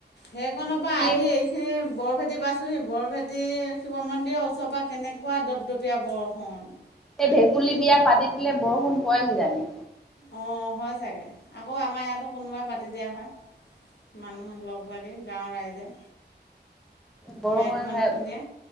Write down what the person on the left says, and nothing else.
সেইখনৰ
পৰা
আহি এইখিনি বৰভেটি পাইছোঁ সি বৰভেটি শিৱ মন্দিৰৰ ওচৰ পৰা কেনেকুৱা দপদপীয়া বৰষুণ।
অ', হয় চাগে আকৌ আমাৰ ইয়াতো কোনোবাই পাতি দিয়া হয়, মানুহৰ লগ লাগে গাঁওৰ ৰাইজে
মাইকী মানুহখিনিয়ে